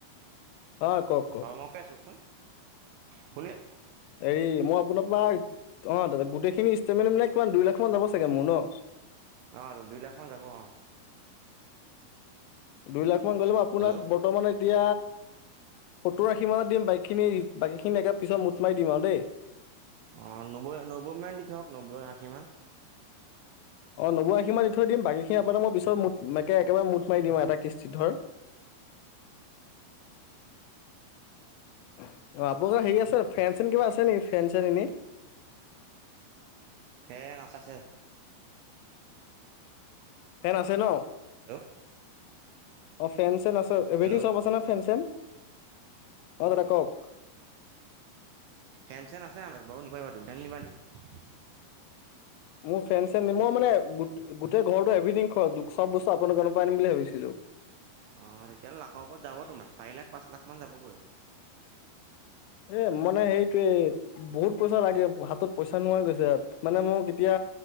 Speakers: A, on the left; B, on the right.
A: অ কওক কওক
B: অ মই কৈ আছো কওচোন। শুনিলে।
A: হেৰি মই আপোনাৰ পৰা অ গোটেইখিনি ইষ্টলমেট ল'লে কিমান দুই লাখ মান ল'ব চাগে মোৰ ন?
B: অ দুই লাখ মান যাব অ।
A: দুই লাখ মান গলেম আপোনাক
B: হেল্ল'
A: বৰ্তমান এতিয়া। সত্তৰ আশী মানত দিম বাইকখিনি বাকীখিনি একে পিছত মুঠ মাৰি দিম আৰু দেই।
B: অ নব্বৈ নব্বৈ মান দি থক নব্বৈ আশী মান।
A: অ নব্বৈ আশী মান দি থৈ দিম বাকীখিনি আপোনাৰ মই পিছত মুঠ একে একেবাৰে মুঠ মাৰি দিম এটা কিস্তি ধৰ। আ <unintelligible> হ। অ আপোনা হেৰি আছে ফেন চেন কিবা আছে নেকি ফেন চেন এনে।
B: ফেন আছে আছে।
A: ফেন আছে ন।
B: হেল্ল'
A: অ ফেন চেন আছে‌ এব্ৰিডিং
B: হেল্ল'
A: চব আছে না ফেন চেন। অ দাদা কওক।
B: ফেন চেন আছে আমাৰ বও নিব পাইবা তুমি নিবা নিকি।
A: মোৰ ফ্ৰেড চে মই মানে গোটেই ঘৰটো এভথিং চব বস্তু আপোনাৰ দোকানৰৰ পৰা আনিম বুলি ভাবিছিলো <inaudible>
B: অ তেতিয়াহলে লাখৰ ওপৰত যাব তোমাৰ চাৰি লাখ পাঁচ লাখ মান যাবগৈ
A: এ মানে সেইটোৱে বহুত পইচা লাগে হাতত পইচা নোহাই গৈছে মানে মোৰ এতিয়া